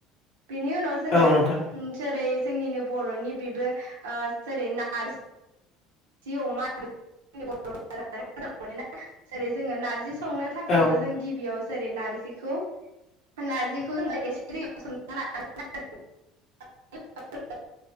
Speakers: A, on the right (about 90°); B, on the left (about 50°).
A: बिनि उनाव जोङो
B: औ नोंथां
A: जेरै जोंनिनो बर'नि बेबो ओ जेरै नारज जि अमा जों बर मोजां मोनोना जेरै जोङो नारजि। संनो थाखायबो
B: औ नोंथां औ
A: जों गिबियावज जेरै नारिजिखौ नारजिखौ जों एसे दैयाव सोमना‌ लानांगौ। <unintelligible>